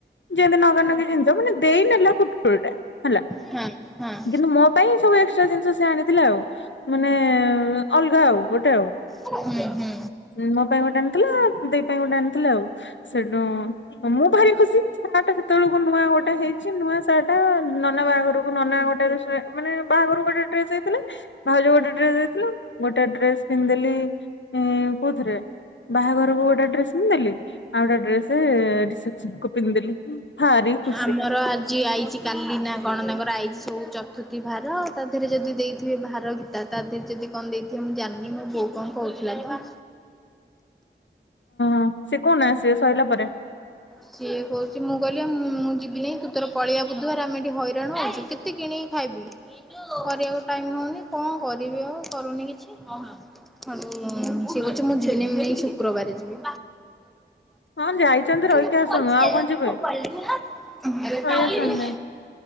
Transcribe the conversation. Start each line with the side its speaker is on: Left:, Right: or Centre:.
Left: ଯେମତି ନଗାନଗି ଜିନିଷ ମାନେ ଦେଇ ନେଲା ପୁଟୁଳି ଟା ହେଲା।
Centre: ହଁ ହଁ।
Left: କିନ୍ତୁ ମୋ ପାଇଁ ସବୁ ଏକ୍ସଟ୍ରା ଜିନିଷ ସିଏ ଆଣିଥିଲା ଆଉ। ମାନେ ଅଲଗା ଆଉ ଗୋଟେ ଆଉ।
Centre: ହୁଁ ହୁଁ।
Left: ହୁଁ ମୋ ପାଇଁ ଗୋଟେ ଆଣିଥିଲା ଦେଇ ପାଇଁ ଗୋଟେ ଆଣିଥିଲା ଆଉ ସେଠୁ ମୁଁ ଭାରି ଖୁସି। ସାର୍ଟ ସେତେବେଳକୁ ନୂଆ ଗୋଟେ ହେଇଚି ନୂଆ ସାର୍ଟ ଟା ନନା ବାହାଘରକୁ ନନା ଗୋଟେ ମାନେ ବାହାଘର ଗୋଟେ ଡ୍ରେସ ହେଇଥିଲା ଭାଉଜ ଗୋଟେ ଡ୍ରେସ ଦେଇଥିଲା। ଗୋଟେ ଡ୍ରେସ ପିନ୍ ଦେଲି ଉଁ। କଉଥିରେ ବାହାଘରକୁ ଗୋଟେ ଡ୍ରେସ ପିନ୍ ଦେଲି ଆଉ ଗୋଟେ ଡ୍ରେସ ରିସେପସନ କୁ। ପିନ୍ ଦେଲି ହୁଁ ଭାରି ଖୁସି
Centre: ଆମର ଆଜି ଆଇଚି କାଲି ନା କଣ ତାଙ୍କର ଆଇଜି ସବୁ ଚତୁର୍ଥୀ ଭାର ତା ଧିଅରେ ଯଦି ଦେଇଥିବେ ଭାର ଗୀତା ତା ଧିଅରେ ଯଦି କଣ ଦେଇଥିବ କିଏ ମୁଁ ଜାଣିନି ମୋ ବୋଉ କଣ କଉଥିଲା ତ
Left: ହଁ ସେ କୋଉନା ସେ ସଇଲା ପରେ
Centre: ସିଏ କଉଚି ମୁଁ କଇଲି ଆଉ ମୁଁ ଯିବିନେଇ ତୁ ତୋର ପଳିଆ ବୁଧୁ ବାର ଆମେ ଏଠି ହଇରାଣ ହଉଛୁ କେତେ କିଣି ଖାଇବି କରିବାକୁ ଟାଇମ୍ ହଉନି କଅଁ କରିବି ଆଉ କରୁନି କିଛି। ହଁ ଯୋଉ, ସିଏ କୋଉଚି ମୁଁ ଜିନିମି ନେଇ ଶୁକ୍ରବାରେ ଯିବି।
Left: ହଁ ଯାଇଛନ୍ତି ରହିକି
Centre: <unintelligible>
Left: ଆସନ୍ତୁ ଆଉ କଣ ଯିବେ ରହି ଆସନ୍ତେ